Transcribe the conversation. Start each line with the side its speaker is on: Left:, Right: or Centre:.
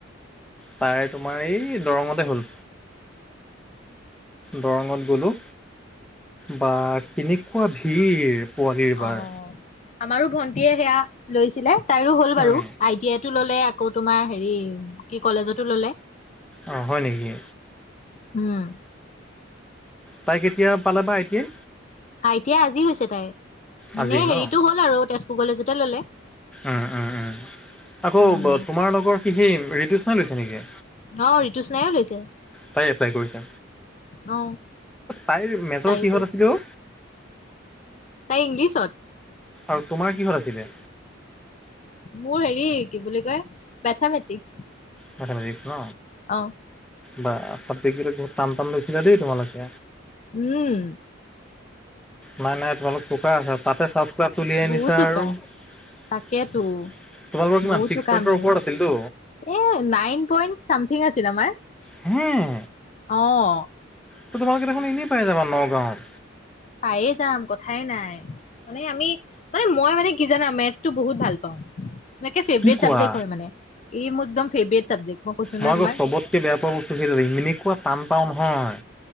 Centre: তাইৰ তোমাৰ এই দৰঙতে হ'ল। দৰঙত গ'লো বা কেনেকুৱা ভিৰ। পোৱালিৰ বাৰ।
Left: অ আমাৰো ভন্টিয়ে সেয়া লৈছিলে তাইৰো হ'ল বাৰু
Centre: উম,
Left: আই টি আইত। টোললে আকৌ তোমাৰ হেৰি কি কলেজতো ললে।
Centre: অ' হয় নেকি।
Left: উম।
Centre: তাই কেতিয়া পালে বা I T I
Left: I T I আজি হৈছে তাইৰ
Centre: আজি
Left: এনে হেৰিটো
Centre: ন
Left: হ'ল আৰু তেজপুৰ কলেজতে ললে।
Centre: অ অ অ আকৌ
Left: উম
Centre: তোমাৰ লগৰ কি সেই ৰিতু তাই লৈছে নেকি
Left: অ ঋতুস্নায়ো লৈছে
Centre: তাই এপ্লাই কৰিছে।
Left: অ
Centre: তাইৰ মেজৰ
Left: তাইও
Centre: কিহত
Left: কৰিছে
Centre: আছিলে অ
Left: তাই ইংলিছত।
Centre: আৰু তোমাৰ কিহত আছিলে
Left: মোৰ হেৰি কি বুলি কয় মেথামেটিক্স।
Centre: মেথামেটিক্স ন।
Left: অ
Centre: বা ছাবজেক্টবিলাক বহুত টান টান লৈছিলা দেই তোমালোকে।
Left: উম।
Centre: নাই নাই তোমালোক চোকা আছা তাতে ফাৰ্ষ্ট ক্লাছ উলিয়াই আনিছা
Left: বহুত চোকা
Centre: আৰু। তোমালোকৰ
Left: তাকেতো
Centre: কিমান
Left: বহুত
Centre: ছিক্স
Left: চোকা
Centre: পইন্টৰ
Left: আমি
Centre: ওপৰত আছিলতো।
Left: এ নাইন পইণ্ট চামথিং আছিল আমাৰ।
Centre: হুম।
Left: অ'।
Centre: তোমালোকে দেখোন এনেই পাই যাবা নগাঁৱত।
Left: পায়ে যাম কথাই নাই। মানে আমি, মানে মই মানে কি জানা, মেথছটো বহুত ভাল পাওঁ। একে ফেভ্রেত
Centre: কি কোৱা
Left: চাবজেক্ট হয় মানে, এই মোৰ একদম ফেভ্ৰেত চাবজেক্ট। কৈছো নহয়
Centre: মই আকৌ
Left: তোমাক
Centre: চবতকে বেয়া পোৱা বস্তু সেইটো, এনেকুৱা টান পাও নহয়।